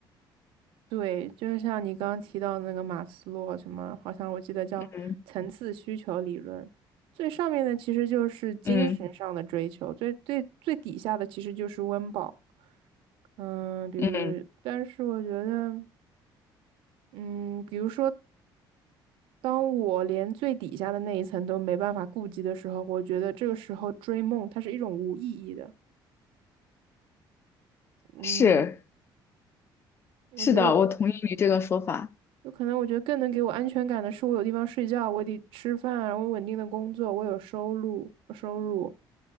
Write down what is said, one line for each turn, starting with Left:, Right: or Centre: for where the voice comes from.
Right: 对，就是像你刚刚提到那个马斯洛什么，好像我记得叫层次需求理论，
Left: 嗯
Right: 最上面的其实就是精神上的追求，
Left: 嗯
Right: 最最最底下的其实就是温饱。嗯，比如，
Left: 嗯，
Right: 但是我觉得，嗯，比如说，当我连最底下的那一层都没办法顾及的时候，我觉得这个时候追梦它是一种无意义的。嗯，
Left: 是
Right: 我觉得。
Left: 是的，我同意你这个说法。
Right: 有可能我觉得更能给我安全感的是，我有地方睡觉，我得吃饭，我有稳定的工作，我有收入，收入。